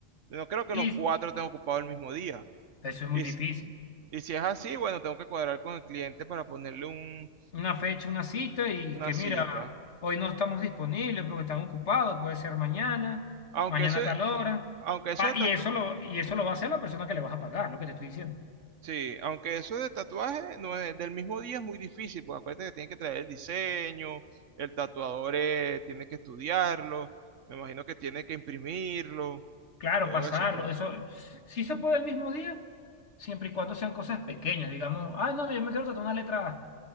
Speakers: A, on the right; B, on the left.
A: No creo que
B: Y
A: los cuatro estén ocupados el mismo día.
B: eso es
A: Y,
B: muy difícil.
A: si- y si es así, bueno, tengo que cuadrar con el cliente para ponerle un,
B: Una fecha, una cita y
A: una
B: que
A: cita.
B: mira, hoy no estamos disponibles porque están ocupados, puede ser mañana,
A: Aunque
B: mañana
A: eso,
B: a tal hora,
A: aunque eso
B: Pa-
A: de tatu-
B: y eso lo, y eso lo va a hacer la persona que le vas a pagar, lo que te estoy diciendo.
A: Sí, aunque eso de tatuaje no es del mismo día es muy difícil, porque acuérdate que tienes que traer el diseño, el tatuador eh, tiene que estudiarlo, me imagino que tiene que imprimirlo,
B: Claro,
A: todo
B: pasarlo,
A: eso, pues.
B: eso s- sí se puede el mismo día, siempre y cuando sean cosas pequeñas, digamos, ay, no, yo me quiero tatuar una letra A,